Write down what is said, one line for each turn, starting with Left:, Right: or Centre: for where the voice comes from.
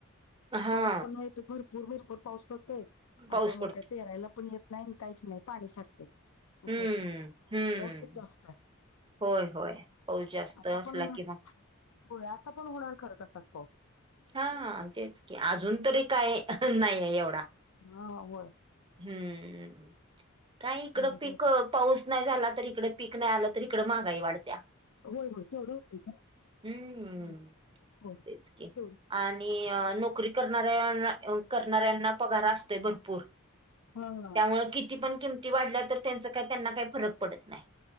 Right: हा
Left: पाऊस पण आहे इथं भरपूर भरपूर पाऊस पडतोय आणि
Right: पाऊस
Left: त्यामुळे
Right: पडतो
Left: काय पेरायला पण येत नाही काहीच नाही पाणी साठतंय असं
Right: हम्म
Left: होतय
Right: हम्म
Left: पाऊसच जास्त हाय
Right: होय होय पाऊस जास्त
Left: आता
Right: असला
Left: पण होणार,
Right: कि मग
Left: आता पण होणार खरं तसाच पाऊस
Right: हा हा तेच की अजून तरी काय अहं नाहीये एवढा
Left: हा होय
Right: हम्म काय इकडं
Left: बघू
Right: पिक
Left: आता.
Right: पाऊस नाही झाला तर इकडं पीक नाही आलं तर इकडं महागाई वाढत्या
Left: होय होय तेवढ होतय का?
Right: हम्म
Left: होय होय
Right: तेच की
Left: तेवढ
Right: आणि नोकरी करणाऱ्या करणाऱ्यांना पगार असतोय भरपूर.
Left: हा हा
Right: त्यामुळ किती पण किमती वाढल्या तर त्यांच काय त्यांना काय फरक पडत नाही.